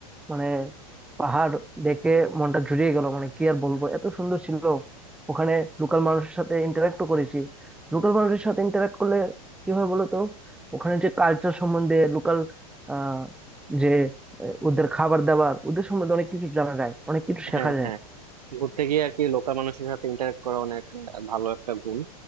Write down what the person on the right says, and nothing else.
হ্যাঁ
হ্যাঁ ঘুরতে গিয়ে আর কি লোকাল মানুষের সাথে ইন্টারেক্ট করা অনেক আহ, ভালো একটা গুণ